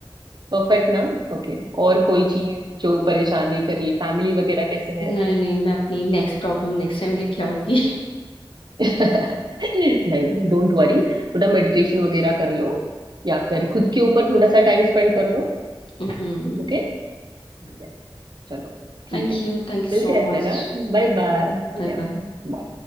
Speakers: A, on the right; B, on the left.
A: परफेक्ट ना ओके और कोई चीज जो परेशान नहीं करिए फैमिली वगैरह कैसे है
B: नहीं नहीं मैं अपनी नेक्स्ट प्रॉब्लम नेक्स्ट टाइम लेके आऊंगी
A: <laughs> नहीं नहीं डोंट वरी थोड़ा मेडिटेशन वगैरह कर लो या फिर खुद के ऊपर थोड़ा सा टाइम स्पेंड कर लो
B: <laughs>
A: ओके या चलो ठीक
B: Thank
A: है
B: you thank you
A: मिलते
B: so
A: हैं
B: much
A: फिर Bye bye
B: Bye
A: या
B: bye
A: bye।